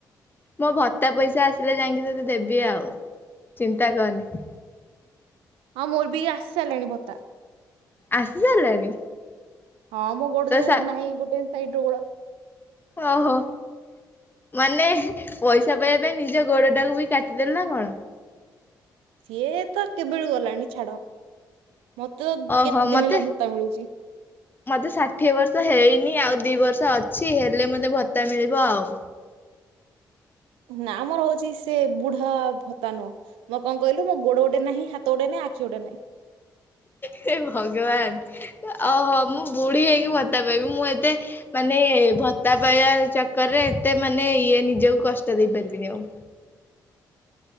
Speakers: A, on the left (about 20°); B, on the right (about 80°).
A: ମୋ ଭତ୍ତା ପଇସା ଆସିଲେ ଯାଇଁକି ତତେ ଦେବି ଆଉ ଚିନ୍ତା କରନି।
B: ହଁ ମୋର ବି ଆସି ସାରିଲାଣି ଭତା।
A: ଆସି ସାରିଲାଣି।
B: ହଁ ମୁଁ ଗୋଡ
A: ତ
B: ଯୋଉ
A: ସା
B: ନାହିଁ ଗୋଟେ ସାଇଟ ର ଗୋଡ।
A: ଓହୋ ମାନେ ପଇସା ପାଇବା ପାଇଁ ନିଜ ଗୋଡ ଟାକୁ ବି କାଟିଦେଲୁ ନା କଣ?
B: ସିଏ ତ କେବେଳୁ ଗଲାଣି ଛାଡ ମତେ
A: ଓହୋ
B: କେତେ ଦିନି
A: ମତେ
B: ହେଲା ଭତା ମିଳୁଚି।
A: ମତେ ଷାଠିଏ ବର୍ଷ ହେଇନି ଆଉ ଦି ବର୍ଷ ଅଛି ହେଲେ ମତେ ଭତ୍ତା ମିଳିବ ଆଉ।
B: ନା ମୋର ହୋଉଚି ସେ ବୁଢା ଭତାନୁହଁ। ମୋ କଣ କହିଲୁ ମୋ ଗୋଡ ଗୋଟେନାହିଁ ହାତ ଗୋଟେନାହିଁ ଆଖି ଗୋଟେ ନାହିଁ।
A: ହେ ଭଗବାନ ଓହୋ ମୁଁ ବୁଢୀ ହେଇକି ଭତ୍ତା ପାଇିବି ମୁଁ ଏତେ ମାନେ ଭତ୍ତା ପାଇବା ଚକରରେ ଏତେ ମାନେ ଇଏ ନିଜକୁ କଷ୍ଟ ଦେଇ ପାରିବିନି ଆଉ।